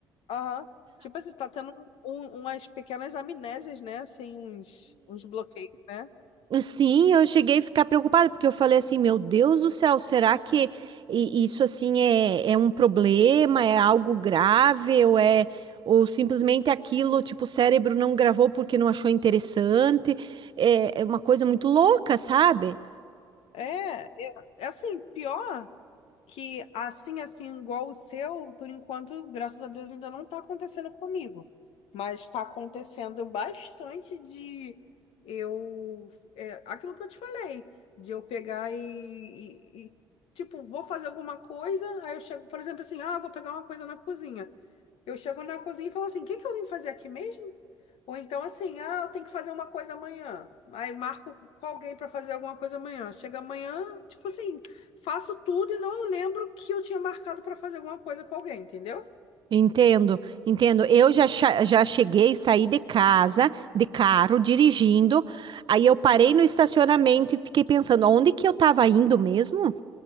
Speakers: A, on the left; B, on the right.
A: Aham. Tipo assim, você tá tendo um- umas pequenas amnésias, né? Assim, uns, uns bloqueios, né?
B: Sim, eu cheguei a ficar preocupada, porque eu falei assim, meu Deus do céu, será que i- isso assim é, é um problema, é algo grave, ou é ou simplesmente aquilo, tipo, o cérebro não gravou porque não achou interessante, é, é uma coisa muito louca, sabe?
A: É, é, é assim, pior que assim, assim, igual o seu, por enquanto, graças a Deus, ainda não tá acontecendo comigo. Mas tá acontecendo bastante de eu. é, aquilo que eu te falei, de eu pegar e, e- e, tipo, vou fazer alguma coisa, aí eu chego, por exemplo, assim, ah, vou pegar uma coisa na cozinha. Eu chego na cozinha e falo assim: o que que eu vim fazer aqui mesmo? Ou então assim, ah, eu tenho que fazer uma coisa amanhã. Aí marco com alguém para fazer alguma coisa amanhã. Chega amanhã, tipo assim, faço tudo e não lembro que eu tinha marcado para fazer alguma coisa com alguém, entendeu?
B: Entendo, entendo. Eu já, cha- já cheguei, saí de casa, de carro, dirigindo, aí eu parei no estacionamento e fiquei pensando, onde que eu estava indo mesmo?